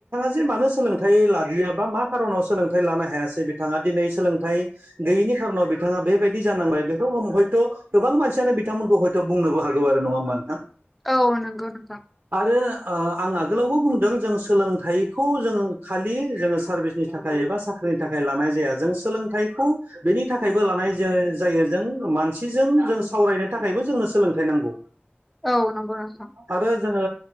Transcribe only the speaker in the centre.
औ नंगौ नोंगां।
औ नंगौ नोंथां।